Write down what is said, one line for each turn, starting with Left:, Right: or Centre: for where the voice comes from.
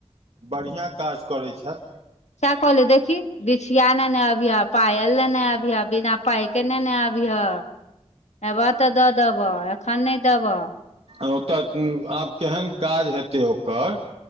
Right: बढ़ियाॅं काज करैत छैथ
Left: चा कहली देखी बिछिया ने ने अभी ह पायल लेने अभीह अभी बिना पाइ के लेने अभी ह एबह तऽ दऽ देबह एखन नहि देबह
Right: ओतऽ आब केहन काज हेतै ओकर